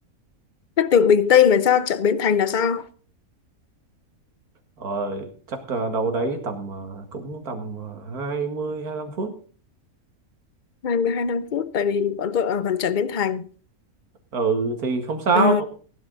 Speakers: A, on the left; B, on the right.
A: Thế từ Bình Tây mà ra chợ Bến Thành là sao
B: rồi chắc ờ, đâu đấy tầm ờ, cũng tầm ờ, 20 lăm phút
A: 22 năm phút tại vì bọn tôi ở gần chợ Bến Thành
B: ừ thì không sao
A: Ờ,